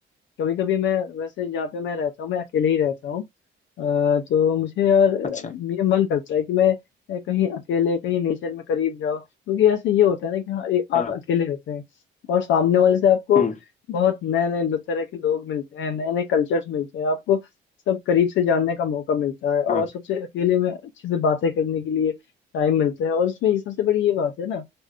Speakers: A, on the left (about 70°); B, on the left (about 40°).
A: कभी कभी मैं वैसे जहाँ पे मैं रहता हूँ मैं अकेले ही रहता हूँ अ, तो मुझे यार अ,
B: अच्छा
A: ये मन करता है कि मैं अ, कहीं अकेले कहीं नेचर में करीब जाओ क्योंकि ऐसे ये होता है ना कि हाँ ए, आप
B: हाँ
A: अकेले रहते हैं और सामने वाले से आपको
B: हम्म
A: बहुत नए नए तरह के लोग मिलते हैं नए नए कल्चर्स मिलते हैं आपको सब करीब से जानने का मौका मिलता है और
B: हाँ
A: सबसे अकेले में अच्छे से बातें करने के लिए टाइम मिलता है और इसमें ये सबसे बड़ी ये बात है ना